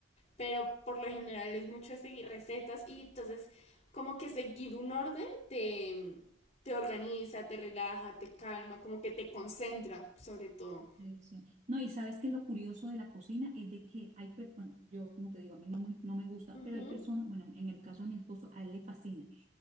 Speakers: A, on the left; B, on the right.
A: Pero por lo general es mucho de seguir recetas y entonces como que seguir un orden te, te organiza, te relaja, te calma, como que te concentra sobre todo.
B: Sí, sí. No, y sabes que lo curioso de la cocina es de que hay, per- bueno, yo como te digo, a mí no me, no me gusta,
A: Ujú.
B: pero hay personas, bueno, en el caso de mi esposo, a él le fascina.